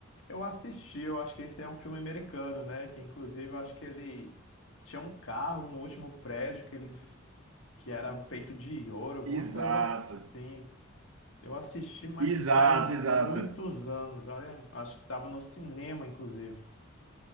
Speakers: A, on the left (about 70°); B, on the right (about 80°).
A: Eu assisti, eu acho que esse é um filme americano, né? Que inclusive eu acho que ele tinha um carro no último prédio que eles que era feito de ouro, alguma
B: Exato,
A: coisa assim. Eu assisti, mas
B: exato,
A: faz muitos
B: exato.
A: anos. Olha, acho que estava no cinema, inclusive.